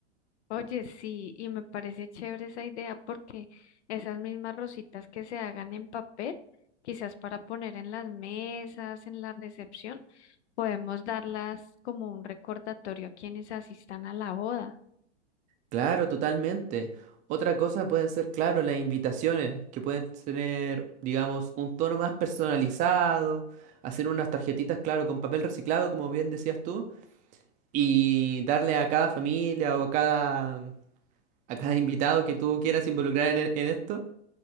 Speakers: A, on the left; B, on the right.
A: Oye, sí, y me parece chévere esa idea porque esas mismas rositas que se hagan en papel, quizás para poner en las mesas, en la recepción, podemos darlas como un recordatorio a quienes asistan a la boda.
B: Claro, totalmente. Otra cosa pueden ser, claro, las invitaciones, que pueden tener, digamos, un tono más personalizado, hacer unas tarjetitas, claro, con papel reciclado, como bien decías tú, y darle a cada familia o a cada, a cada <laughs> invitado que tú quieras involucrar en, e- en esto,